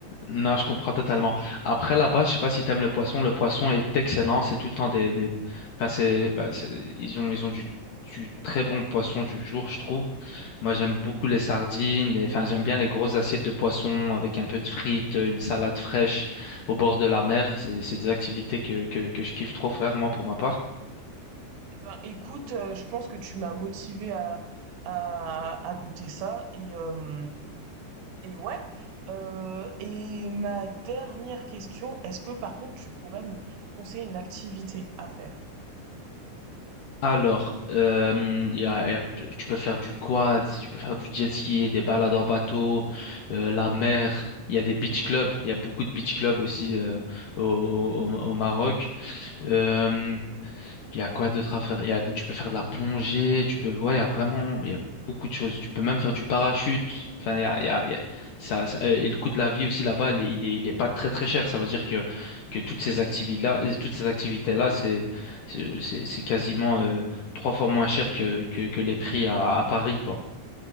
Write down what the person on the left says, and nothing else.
Non, je comprends totalement. Après, là-bas, je sais pas si t'aimes le poisson. Le poisson est excellent. C'est tout le temps des, des... Enfin, c'est, bah, c'est- ils ont, ils ont du, du très bon poisson du jour, je trouve. Moi, j'aime beaucoup les sardines. Et, enfin, j'aime bien les grosses assiettes de poisson avec un peu de frites, une salade fraîche au bord de la mer. C'est, c'est des activités que, que, que je kiffe trop faire, moi, pour ma part.
Alors, euh, y a- y a- tu peux faire du quad, tu peux faire du jet ski, des balades en bateau, euh, la mer. Il y a des beach clubs, il y a beaucoup de beach clubs aussi euh, au, au- au Maroc. Euh, il y a quoi d'autre à faire? Il y a, tu peux faire de la plongée, tu peux, ouais, il y a vraiment, il y a beaucoup de choses. Tu peux même faire du parachute. Enfin, il y a, il y a, il y a- ça, ça- euh, et le coût de la vie aussi là-bas, il est, il est, il est pas très très cher. Ça veut dire que, que toutes ces activités-là, euh, toutes ces activités-là, c'est, c'est, c'est c'est quasiment euh, trois fois moins cher que, que, que les prix à, à Paris, quoi.